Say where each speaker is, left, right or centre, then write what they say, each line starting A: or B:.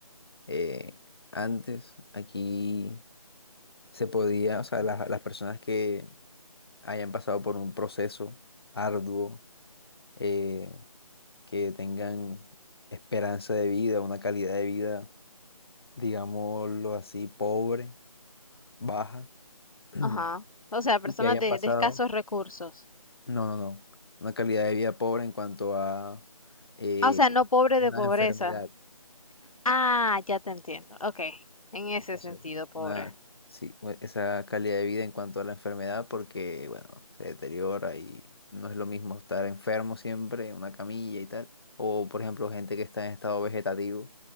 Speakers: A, on the left (about 40°); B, on the left (about 65°).
A: eh, antes aquí se podía, o sea, las, las personas que hayan pasado por un proceso arduo, eh, que tengan esperanza de vida, una calidad de vida. digámoslo así, pobre, baja, <clears throat>
B: Ajá. O sea, personas
A: y que hayan
B: de,
A: pasado,
B: de escasos recursos.
A: no, no, no, una calidad de vida pobre en cuanto a eh,
B: Ah, o sea, no pobre
A: una
B: de pobreza.
A: enfermedad.
B: Ah, ya te entiendo. Ok, en ese
A: Entonces,
B: sentido, pobre.
A: una- sí, u- esa calidad de vida en cuanto a la enfermedad, porque, bueno, se deteriora y no es lo mismo estar enfermo siempre en una camilla y tal. O, por ejemplo, gente que está en estado vegetativo,